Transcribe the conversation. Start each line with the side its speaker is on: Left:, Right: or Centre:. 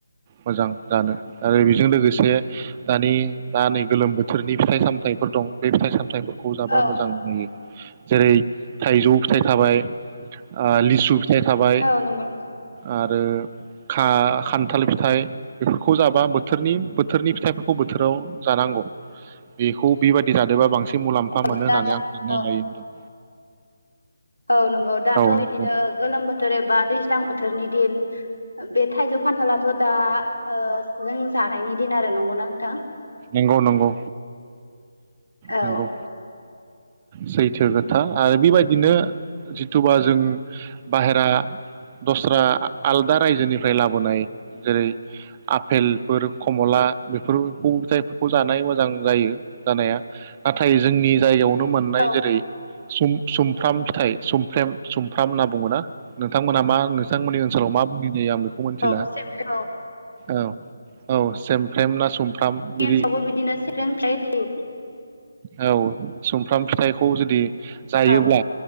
Right: मोजां जानो आरो बिजों लोगोसे दानि दा नै गोलोम बोथोरनि फिथाइ सामथाइफोर दं। बेे फिथाइ सामथाइफो खौ जाबा
Left: औ
Right: मोजां नुयो। जेरै थाइजौ फिथाइ थाबाय ओ लिसु फिथाइ थाबाय।
Left: औ नंगौ नोंथां
Right: आरो खा खान्थाल फिथाइ बेफोरखौ जाबा बोथोरनि बोथोरनि फिथाइफोरखौ बोथोराव जानांगौ बेखौ बेबादि जादोंबा बांसिन बांसिन मुलाम्फा
Left: औ
Right: मोनो
Left: दाथ'
Right: होन्नानै आं सानना
Left: औ
Right: लायो।
Left: औ नंगौ
Right: औ
Left: दाथ'
Right: नंगौ
Left: बिदिनो गोलोम बोथोर एबा दै दैज्लां बोथोरनि दिन बे थाइजौ खान्थालाथ' दा ओ जों जानायनि दिन आरो नंगौना नोंथां
Right: नंगौ नंगौ
Left: औ
Right: नंगौ सैथो खोथा आरो बिबादिनो जिथुबा जों बाहेरा दस्रा आलदा रायजोनिफ्राय लाबोनाय जेरै आफेलफोर कमला बेफोरखौ फिथाइफोरखौ जानाय मोजां जायो जानाया नाथाय जोंनि जायगायावनो मोननाय
Left: औ
Right: जेरै सुम सुमफ्राम फिथाइ सुमफ्रेम सुमफ्राम होनना बुङो ना नोंथांमोना मा नोंथांमोननि ओनसोलाव मा बुंनाय जायो आं बेखौ मिथिला
Left: औ जोंनि
Right: औ औ से सेम ना सुम फ्राम बिदि
Left: ओनसोलावबो बिदिनो सेरें फिथाइ
Right: औ सुमफ्राम फिथाइखौ जुदि जायोब्ला
Left: होयो